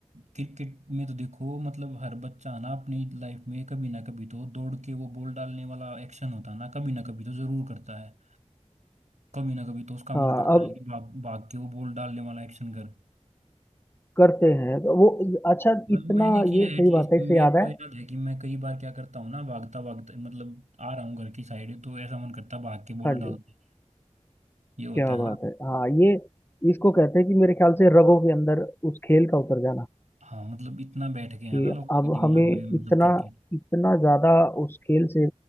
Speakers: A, on the right; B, on the left.
A: क्रिकेट में तो देखो मतलब हर बच्चा ना अपनी लाइफ में कभी ना कभी तो दौड़ के वो बॉल डालने वाला एक्शन होता है ना कभी ना कभी तो जरूर करता है कभी ना कभी तो उसका मन
B: हाँ
A: करता
B: अब
A: है कि भाग भाग के वो बॉल डालने वाला एक्शन कर
B: करते हैं तो वो अच्छा
A: बस
B: इतना
A: मैंने किया
B: ये
A: है
B: सही
A: एटलीस्ट
B: बात है
A: मेरे
B: इससे याद है
A: को याद है कि मैं कई बार क्या करता हूँ ना भागता भागता मतलब आ रहा हूँ घर की साइड तो ऐसा मन करता है भाग के बॉल
B: हाँ
A: डाल
B: जी
A: दे ये होता
B: क्या
A: है
B: बात
A: ना
B: है हाँ ये इसको कहते हैं कि मेरे ख्याल से रगों के अंदर उस खेल का उतर जाना
A: हाँ मतलब इतना बैठ गया
B: कि
A: है ना लोगों
B: अब
A: के दिमाग
B: हमें
A: में मतलब
B: इतना
A: क्रिकेट
B: इतना ज्यादा उस खेल से